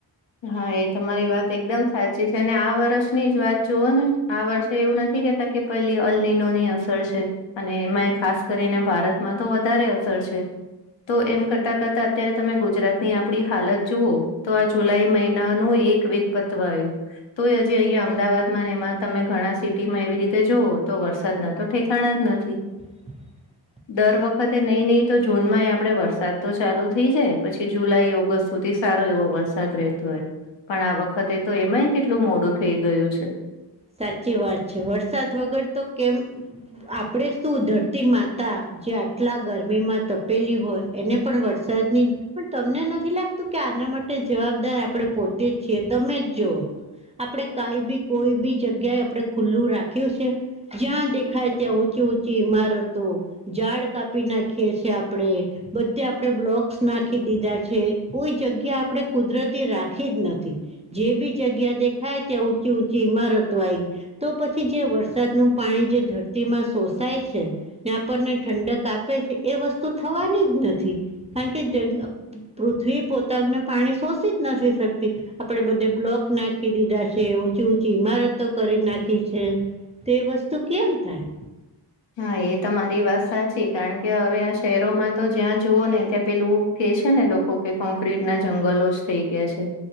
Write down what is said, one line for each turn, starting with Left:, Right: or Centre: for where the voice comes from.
Left: હા એ તમારી વાત એકદમ સાચી છે અને આ વર્ષની જ વાત જુઓ ને આ વર્ષે એવું નથી તા કે પેલી અલનીનોની અસર છે અને એમાં ખાસ કરીને ભારતમાં તો વધારે અસર તો એમ કરતા કરતા અત્યારે તમે ગુજરાતની આપડી હાલત જુઓ તો આ જુલાઈ મહિનાનુંનુ એક વેગ પત્વ આવું તોય હજી અહીિયાયા અમદાવાદમાં એમાં તમે ઘણા સિટીમાં એવી રીતે જુઓ તો વરસાદ ના તો ઠેકાણા નથી
Right: હ
Left: દર વખતે નહી નહી તો જૂનમાં આપડે વરસાદ તો ચાલુ થઇ જાય પછી જુલાઈ ઓગસ્ટ સુધી સારો એવો વરસાદ રહેતો હોય પણ આ વખતે તો એમાંય કેટલું મોડું થઈ ગયું છે
Right: સાચી વાત છે વરસાદ વગર તો કેમ આપડે શું ધરતી માતા જે આટલા ગરમીમાં તપેલી હોય એને પણ વરસાદ નની પણ તમને નથી લાગતું કે આના માટે જવાબદાર આપણેે પોતે જ છીએ તમે જ જોવ આપણે કઈ બી કોઈ બી જગ્યાએ આપડે ખુલ્લું રાખ્યું છે જ્યાં દેખાય ત્યાં ઊંચી ઊંચી ઈમારતો ખાડ કાપી નાખીએ છેીએ આપડણે બધે આપડે બ્લોક્સ નાખી દીધા છે કોઈ જગ્યા જ આપણે કુદરતી રાખી જ નથી જે બી જગ્યા દેખાય ત્યાં ઊંચી ઊંચી ઇમારત તો પછી જે વરસાદનુંનુ પાણી જે ધરતીમાં સોષાય છે ને આપણને ઠડક આપે છે એ વસ્તુ થવાની જ નથી કારણ કે પૃથ્વી પોતાનું પાણી શોષી જ નથી શકતી આપે બધે બ્લોક નાખી દીધા છે ઊંચી ઊંચી ઇમારત કરી નાખી છે તે વસ્તુ કેમ થાય
Left: હા એ તો મારી વાત સાચી કારણ કે હવે આ શહેરોમાં તો જ્યાં જુઓ ને ત્યાં પેલું છે ને લોકો કે કોંક્રીટ ના જંગલો જ થઈ ગયા છે